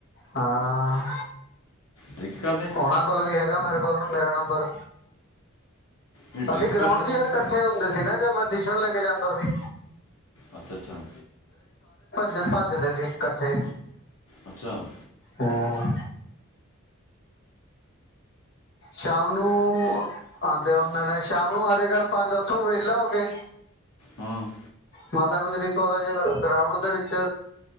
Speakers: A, on the left (about 55°); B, on the left (about 80°).
A: ਹਾਂ।
B: ਡਰਿੰਕ ਕਰਦੇ ਆ
A: ਉਹਨਾਂ ਕੋਲ ਵੀ ਹੈਗਾ ਮੇਰੇ ਕੋਲ ਮੇਰਾ ਨੰਬਰ,
B: ਇਹ ਡਰਿੰਕ
A: ਅਸੀਂ ਗਰਾਊਂਡ
B: ਕਰਦੇ
A: ਚ
B: ਬਹੁਤ
A: ਯਾਰ ਇਕੱਠੇ ਹੁੰਦੇ ਸੀ। ਨਾ ਯਰ ਪਰਮਿਸ਼ਨ ਲੈ ਕੇ ਜਾਂਦਾ ਸੀ।
B: ਅੱਛਾ -ਅੱਛਾ
A: ਇਕੱਠੇ ਭੱਜਦੇ ਸੀ ਇਕੱਠੇ
B: ਅੱਛਾ! ਹੂੰ।
A: ਹੂੰ ਸ਼ਾਮ ਨੂੰ ਆਉਂਦੇ ਆਦੇ ਨੇ ਸ਼ਾਮ ਨੂੰ ਆ ਜਾਇਆ ਕਰ ਪੰਜ ਵੱਜੇ ਉੱਥੋਂ ਤੋਂ ਵਿਹਲਾ ਹੋ ਕੇ
B: ਹਾਂ
A: ਮਾਤਾ ਗੁਜਰੀ! ਕਾਲਜ ਗਰਾਊਂਡ ਦੇ ਵਿੱਚ